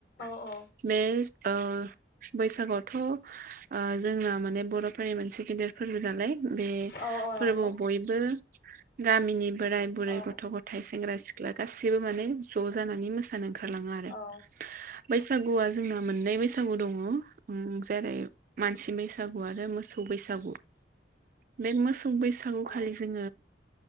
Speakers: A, on the left (about 60°); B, on the right (about 45°).
A: औ औ
B: बे ओ बैसागोआवथ' ओ जोंना माने बर'फोरनि मोनसे गेदेर फोरबो जालाय बे
A: औ औ
B: फोरबोआव
A: नंगौ
B: बयबो गामिनि बोराय बुरै
A: औ
B: गथ' गथ थाइ सेंग्रा सिख्ला गासैबो माने ज' जानानै मोसानो ओंखारलाङो आरो
A: औ
B: बैसागुआ जोंना मोननै बैसागु दङ ओम जेरै मानसि बैसागु आरो मोसौ बैसागु बे मोसौ बैसागु
A: औ
B: खालि जों